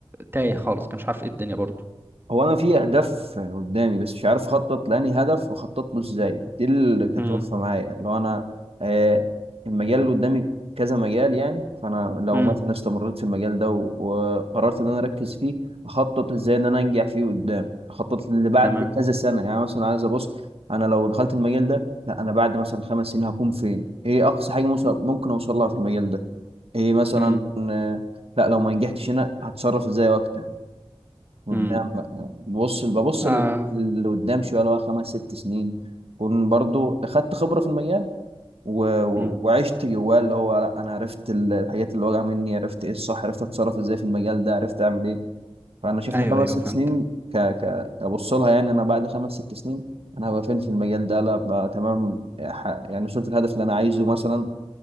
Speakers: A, on the right (about 20°); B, on the right (about 85°).
A: تايه خالص كان مش عارف ايه الدنيا برضو
B: هو انا في اهداف قدامي بس مش عارف اخطط لاني هدف واخطط له ازاي دي اللي كانت
A: امم
B: واقفه معايا لو انا آه المجال اللي قدامي كذا مجال يعني فانا لو
A: امم
B: مثلا استمريت في المجال ده و- وقررت ان انا اركز فيه اخطط ازاي ان انا انجح فيه قدام اخطط اللي بعد
A: تمام
B: كذا سنه يعني مثلا عايز ابص انا لو دخلت المجال ده لا انا بعد مثلا خمس سنين هكون فين ايه اقصى حاجه موس- ممكن اوصل لها في المجال ده ايه مثلا
A: امم
B: آه، لا لو ما نجحتش هنا هتصرف ازاي وقتها قدام
A: امم
B: آه، ببص ببص
A: آه
B: ل- لقدام شويه اللي هو خمس ست سنين اكون برضو اخدت خبره في المجال و... و-
A: امم
B: وعشت جواه اللي هو لا انا عرفت ال- الحاجات اللي واجهه مني عرفت ايه الصح عرفت اتصرف ازاي في المجال ده عرفت اعمل ايه فانا شايف
A: ايوه
B: ان خمس
A: ايوه
B: ست
A: فهمتك
B: سنين ك ك كبص لها يعني انا بعد خمس ست سنين انا هبقى فين في المجال ده لا بقى تمام ح- يعني وصلت الهدف اللي انا عايزه مثلا